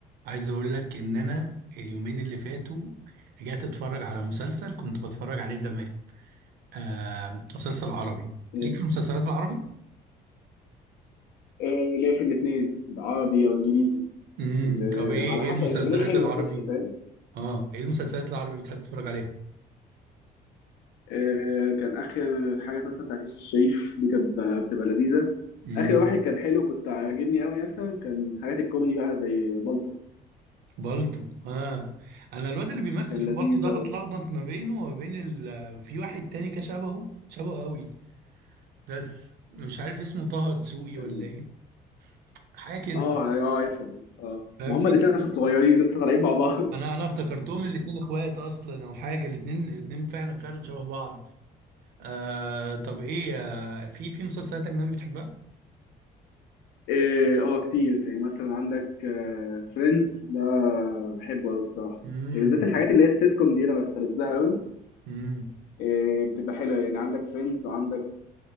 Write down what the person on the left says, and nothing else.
مم.
آه، ليا في الاثنين عربي او انجليزي
اللي
على
حسب
اللي بلاقيه حلو
بخش فاهم
آه، كان اخر حاجه مثلا بتاعت يوسف الشريف دي كانت ب- بتبقى لذيذه
اخر واحد كان حلو كنت عاجبني قوي مثلا كان حاجات الكوميدي بقى زي بالطو
وكان
لذيذ
قوي
كان
اه ع- اه عارفهم اه
ما هما
الاثنين عشان صغيرين لسه طالعين مع بعض <laughs>
اه آه، كتير يعني مثلا عندك فريندز ده بحبه قوي الصراحه
يعني بالذات الحاجات اللي هي السيت كوم دي انا بستلذها قوي
إيه، بتبقى حلوه يعني عندك فريندز وعندك